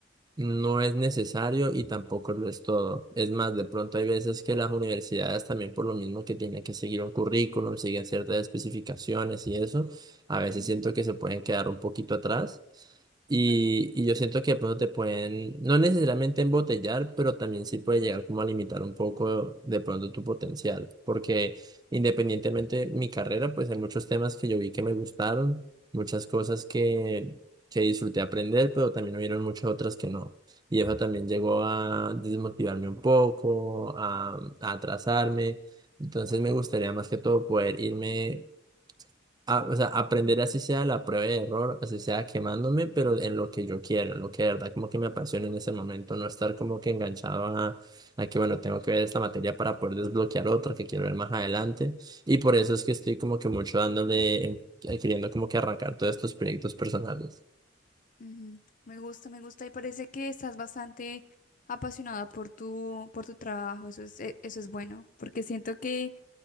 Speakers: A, on the right; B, on the left.
A: No es necesario y tampoco lo es todo. Es más, de pronto hay veces que las universidades también por lo mismo que tienen que seguir un currículum, siguen ciertas especificaciones y eso, a veces
B: mm,
A: siento que se pueden quedar un poquito atrás. Y,
B: claro.
A: y yo siento que de pronto te pueden, no necesariamente embotellar, pero también sí puede llegar como a limitar un poco de pronto tu potencial. Porque independientemente de mi carrera, pues hay muchos temas que yo vi que me gustaron, muchas cosas que que disfruté aprender, pero también hubieron muchas otras que no. Y eso también llegó a desmotivarme un poco, a, a atrasarme. Entonces me gustaría más que todo poder irme, a, o sea, aprender así sea la prueba de error, así sea quemándome, pero en lo que yo quiero, en lo que de verdad como que me apasiona en ese momento, no estar como que enganchado a, a que, bueno, tengo que ver esta materia para poder desbloquear otra que quiero ver más adelante. Y por eso es que estoy como que mucho dándole, eh, queriendo como que arrancar todos estos proyectos personales.
B: ujú. Me gusta, me gusta y parece que estás bastante apasionada por tu, por tu trabajo, eso es, e- eso es bueno, porque siento que